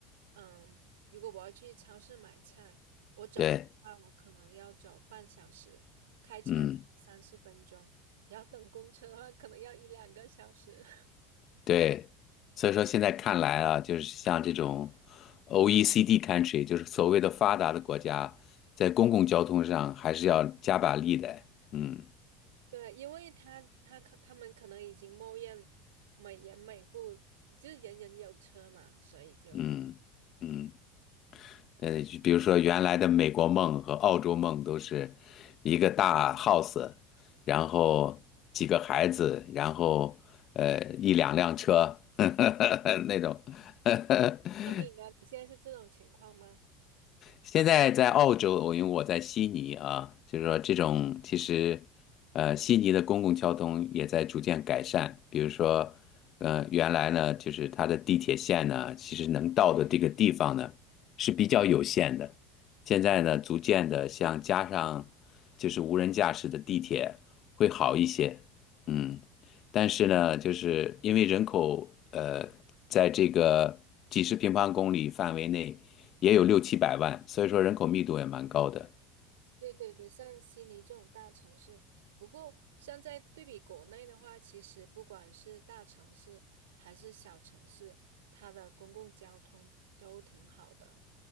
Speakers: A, on the right; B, on the left.
A: 嗯，如果我要去超市买菜，我走路的话，
B: 对，
A: 我可能要走半小时，开车三四分钟，
B: 嗯。
A: 然后等公车的话，可能要一两个小时。<laughs>
B: 对，所以说现在看来啊，就是像这种 OECD country，就是所谓的发达的国家，在公共交通上还是要加把力的。嗯
A: 对，因为他他可他们可能已经默认每人每户就是人人有车嘛，所以就。
B: 嗯嗯，呃，就比如说原来的美国梦和澳洲梦都是一个大 house，然后几个孩子，然后呃一两辆车 <laughs> 那种 <laughs>
A: 那你呢？你现在是这种情况吗？
B: 现在在澳洲，我因为我在悉尼啊，就是说这种其实，呃，悉尼的公共交通也在逐渐改善。比如说，呃，原来呢，就是它的地铁线呢，其实能到的这个地方呢是比较有限的。现在呢，逐渐的像加上就是无人驾驶的地铁会好一些，嗯。但是呢，就是因为人口呃，在这个几十平方公里范围内。也有六七百万，所以说人口密度也蛮高的。
A: 对对对，像悉尼这种大城市，不过像在对比国内的话，其实不管是大城市还是小城市，它的公共交通都挺好的。